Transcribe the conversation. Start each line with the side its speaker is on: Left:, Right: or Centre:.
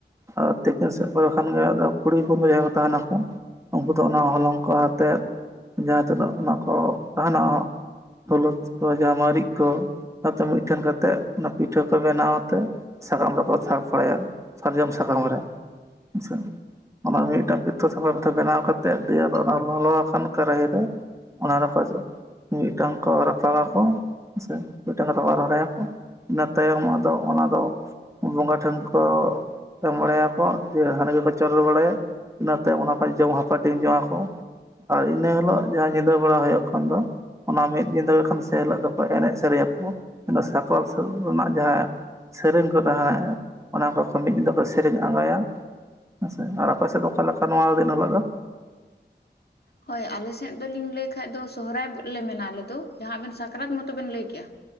Right: ᱟᱫᱚ ᱛᱤᱠᱤᱱ ᱥᱮᱫ ᱠᱚᱨᱮ ᱠᱷᱟᱱ ᱜᱮ ᱟᱫᱚ ᱠᱩᱲᱤ ᱦᱚᱯᱚᱱ ᱮᱦᱚᱵ ᱛᱟᱦᱮᱸᱱᱟᱠᱚ᱾ ᱩᱱᱠᱩ ᱫᱚ ᱚᱱᱟ ᱦᱚᱞᱚᱝ ᱠᱚ ᱟᱛᱮᱫ, ᱡᱟᱦᱟᱸ ᱛᱤᱱᱟᱹᱜ ᱚᱱᱟ ᱠᱚ ᱛᱟᱦᱮᱸᱱᱟ᱾ ᱦᱚᱞᱩᱫ ᱠᱚ ᱡᱟ ᱢᱟᱹᱨᱤᱪ ᱠᱚ ᱚᱱᱟᱛᱮ ᱢᱤᱫᱴᱷᱮᱱ ᱠᱟᱛᱮᱫ ᱚᱱᱟ ᱯᱤᱴᱷᱟᱹ ᱠᱚ ᱵᱮᱱᱟᱣ ᱟᱛᱮ ᱥᱟᱠᱟᱢ ᱨᱮᱠᱚ ᱥᱟᱵ ᱵᱟᱲᱟᱭᱟ ᱥᱟᱨᱡᱚᱢ ᱥᱟᱠᱟᱢ ᱨᱮ ᱥᱮᱻ ᱚᱱᱟ ᱨᱮ ᱢᱤᱫᱴᱟᱝ ᱯᱨᱤᱛᱷᱟᱹ ᱥᱟᱯᱷᱟ ᱯᱤᱛᱷᱟᱹ ᱵᱮᱱᱟᱣ ᱠᱟᱛᱮ <inaudible> ᱫᱤᱭᱮ ᱟᱫᱚ ᱚᱱᱟ ᱞᱚᱞᱚ ᱟᱠᱟᱱ ᱠᱟᱨᱟᱦᱤ ᱨᱮ ᱚᱱᱟ ᱨᱮᱠᱚ ᱡᱚᱜ ᱢᱤᱫᱴᱟᱝ ᱠᱚ ᱨᱟᱯᱟᱜᱟᱠᱚ ᱥᱮ ᱢᱤᱫᱴᱟᱝ ᱫᱚᱠᱚ ᱨᱚ-ᱨᱚᱭᱟᱠᱚ ᱾ ᱤᱱᱟᱹ ᱛᱟᱭᱚᱢ ᱟᱫᱚ ᱚᱱᱟᱫᱚ ᱵᱚᱸᱜᱟ ᱴᱷᱮᱱ ᱠᱚ ᱮᱢ ᱵᱟᱲᱟᱭᱟᱠᱚ ᱫᱤᱭᱮ ᱦᱟᱺᱰᱤ ᱠᱚᱠᱚ ᱪᱚᱰᱚᱨ ᱵᱟᱲᱟᱭᱟ ᱤᱱᱟᱹᱛᱟᱭᱚᱢ ᱚᱱᱟ ᱠᱚ ᱡᱚᱢ ᱦᱟᱯᱟᱴᱤᱧ ᱡᱚᱝ-ᱟᱸᱠᱚ᱾ ᱟᱨ ᱤᱱᱟᱹ ᱦᱤᱞᱳᱜ ᱡᱟᱦᱟᱸ ᱧᱤᱫᱟᱹ ᱵᱮᱲᱟ ᱦᱳᱭᱳᱜ ᱠᱟᱱ ᱫᱚ ᱚᱱᱟ ᱢᱤᱫ ᱫᱤᱱ ᱫᱚ ᱠᱷᱚᱱ ᱥᱮ ᱦᱤᱞᱳᱜ ᱫᱚᱠᱚ ᱮᱱᱮᱡ ᱥᱮᱨᱮᱭᱟᱠᱚ ᱢᱮᱱᱫᱚ ᱥᱟᱠᱨᱟᱛ ᱥᱩᱨᱩᱜ ᱨᱮᱱᱟᱜ ᱡᱟᱦᱟᱸ ᱥᱮᱨᱮᱧ ᱠᱚ ᱨᱟᱦᱟᱭ ᱚᱱᱟ ᱠᱚ ᱠᱷᱚᱱ ᱢᱤᱫ ᱫᱤᱱ ᱫᱚ ᱥᱮᱨᱮᱧ ᱟᱸᱜᱟᱭᱟ ᱦᱮᱸᱥᱮ, ᱟᱨ ᱟᱯᱮ ᱥᱮᱫ ᱫᱚ ᱚᱠᱟ ᱞᱮᱠᱟ ᱱᱚᱣᱟ ᱫᱤᱱ ᱦᱤᱞᱳᱜ ᱫᱚ? <inaudible>
Left: ᱦᱳᱭ ᱟᱞᱮ ᱥᱮᱫ ᱫᱚ ᱞᱤᱧ ᱞᱟᱹᱭ ᱠᱷᱟᱡ ᱫᱚ ᱥᱚᱦᱚᱨᱟᱭ ᱞᱮ ᱢᱮᱱᱟ ᱟᱞᱮ ᱫᱚ, ᱡᱟᱸᱦᱟ ᱟᱵᱮᱱ ᱥᱟᱠᱨᱟᱛ ᱢᱚᱛᱚ ᱵᱮᱱ ᱞᱟᱹᱭ ᱠᱮᱜᱼᱟ᱾